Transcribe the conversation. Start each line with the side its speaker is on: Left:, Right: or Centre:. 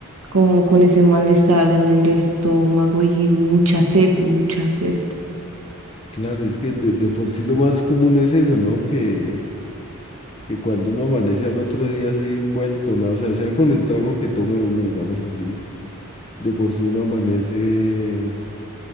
Right: como con ese malestar en el estómago y mucha sed, mucha sed.
Left: Claro, es que de, de por sí lo más común es eso, ¿no? Que que cuando uno amanece al otro día así vuelto, nada, o sea, sea con el trago que tome uno, digamos así, de por sí uno amanece,